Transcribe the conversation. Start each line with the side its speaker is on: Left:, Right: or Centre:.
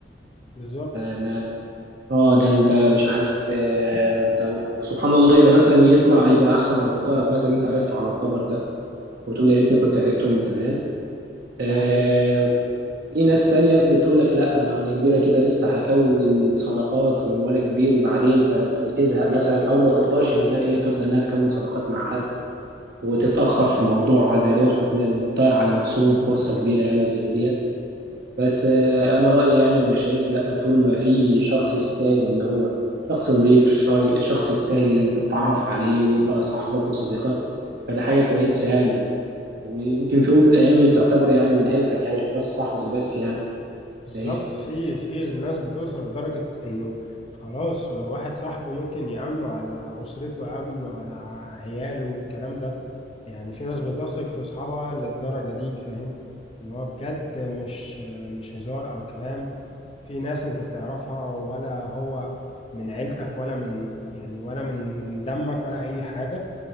Left: بالظبط
Right: زمان اه ده انت مش عارف آه، ده سبحان الله يبقى مثلا يطلع يبقى احسن اصدقائك مثلا انت عرفته على الكبر ده وتقول يا ريتني كنت عرفته من زمان آه،
Left: ده حقيقي
Right: وفي ناس تانية بتقول لك لا انا انا كبيره كده لسه هكون صداقات ومن وانا كبير وبعدين فت- وتزهق مثلا او ما ترضاش انها ايه ترضى انها تكون صداقات مع حد وتتاخر في موضوع زي دوت وتنا- وتضيع على نفسهم فرصه كبيره يعني زي ديت بس آه، انا رايي يعني وانا شايف لا طول ما في شخص يستاهل ان هو شخص نظيف شري- شخص يستاهل ان انت تتعرف عليه ويبقى صاحبك وصديقك فده حاجه كويسه يعني وممكن في يوم من الايام تعتبره يعني من عيلتك يعني مش بس صاحبك بس يعني
Left: بالظبط
Right: ده ايه
Left: في في الناس بتوصل لدرجة انه خلاص واحد صاحبه ممكن يأمنه على أسرته يأمنه على عياله والكلام ده يعني في ناس بتثق في أصحابها للدرجة دي فاهم ان هو بجد مش مش هزار أو كلام في ناس انت بتعرفها ولا هو من عيلتك ولا من يعني ولا من دمك ولا أي حاجة